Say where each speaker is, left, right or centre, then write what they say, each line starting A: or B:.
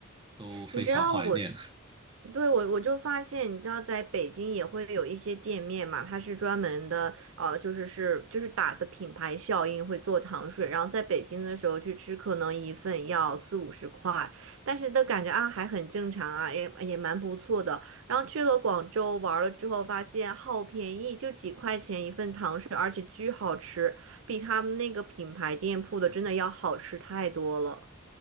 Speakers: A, on the right; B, on the right.
A: 都非常怀念。
B: 你知道我，对，我我就发现，你知道在北京也会有一些店面嘛，它是专门的，呃，就是是就是打着品牌效应会做糖水，然后在北京的时候去吃，可能一份要四五十块，但是都感觉啊还很正常啊，也也蛮不错的。然后去了广州玩了之后，发现好便宜，就几块钱一份糖水，而且巨好吃，比他们那个品牌店铺的真的要好吃太多了。